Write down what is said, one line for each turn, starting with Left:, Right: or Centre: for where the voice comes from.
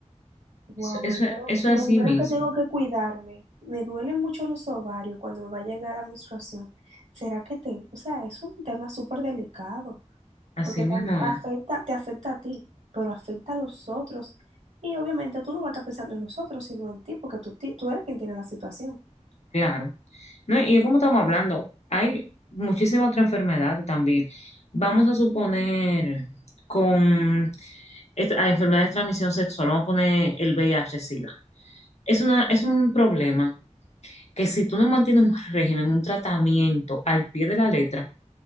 Right: Wow,
Left: eso,
Right: me
Left: eso,
Right: dijeron,
Left: eso
Right: me
Left: es así
Right: dijeron
Left: mismo,
Right: que tengo que cuidarme. Me duelen mucho los ovarios cuando me va a llegar la menstruación. ¿Será que tengo? O sea, es un tema súper delicado.
Left: así
Right: porque
Left: mismo
Right: tam- afecta,
Left: es.
Right: te afecta a ti, pero afecta a los otros. Y obviamente tú no vas a estar pensando en los otros, sino en ti, porque tú, ti- tú eres quien tiene la situación.
Left: Claro. No, y como estamos hablando, hay muchísimas otras enfermedades también. Vamos a suponer con est- a enfermedades de transmisión sexual, vamos a poner el V VIH-Sida. Es una, es un problema que si tú no mantienes un régimen, un tratamiento al pie de la letra,